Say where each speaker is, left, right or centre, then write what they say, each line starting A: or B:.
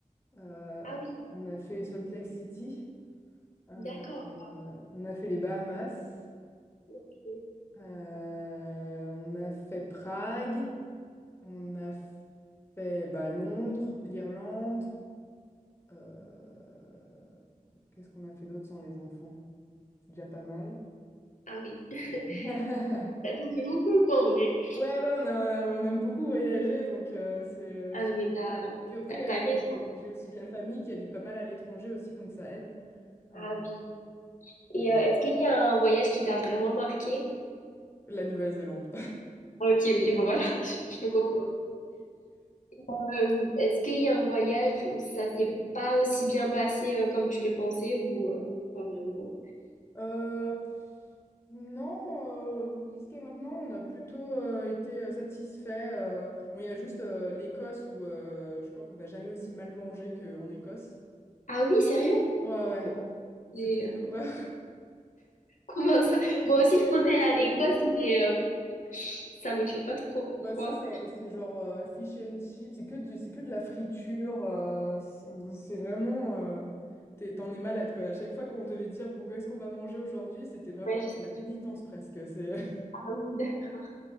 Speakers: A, on the left; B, on the left.
A: euh,
B: Ah oui,
A: on a fait Salt Lake City. Euh,
B: d'accord.
A: euh, on a fait les Bahamas,
B: Ok.
A: euh, on a fait Prague, on a fait bah, Londres, l'Irlande. euh, qu'est-ce qu'on a fait d'autre sans les enfants? C'est déjà pas mal.
B: Ah oui. <laughs>
A: Euh, <laughs>
B: T'as donné beaucoup de temps, en vrai.
A: Ouais, ouais, on a- on aime beaucoup voyager, donc euh, c'est euh,
B: Ah
A: à chaque
B: non, mais t'as,
A: fois. Puis après,
B: t'as, t'as
A: euh, j'ai
B: raison.
A: j'ai aussi de la famille qui habite pas mal à l'étranger aussi, donc ça aide. Euh,
B: Ah oui. Et
A: mais-
B: euh, est-ce qu'il y a un voyage qui t'a vraiment marqué?
A: La Nouvelle-Zélande.
B: Ah, Ok, oui, voilà. <laughs> Je, je peux comprendre. Euh, est-ce qu'il y a un voyage où ça s'est pas aussi bien passé euh, comme tu le pensais ou euh, pas vraiment?
A: Euh, non, euh, jusqu'à maintenant, on a plutôt euh, été euh, satisfait. euh. Bon, il y a juste euh, l'Écosse où euh, je crois qu'on n'a jamais aussi mal mangé qu'en Écosse.
B: Ah oui, sérieux?
A: Ouais, ouais,
B: Bon, mais,
A: c'était une
B: euh,
A: horreur.
B: <laughs> comment
A: <laughs>
B: ça?
A: Franchement,
B: Moi aussi, je
A: l'Écosse.
B: comptais aller à l'Écosse,
A: euh,
B: mais euh, ça me motive pas trop.
A: Bah,
B: Pourquoi?
A: c'est ça, ouais, c'est genre euh, fish and chips, c'est que du- c'est que de la friture, euh, c'est c'est vraiment... euh, t'es- t'en es malade, quoi. À chaque fois qu'on devait dire, bon, qu'est-ce qu'on va manger aujourd'hui, c'était vraiment
B: Ouais,
A: la,
B: je sais.
A: la
B: pas.
A: pénitence presque. C'est...
B: Ah oui, d'accord.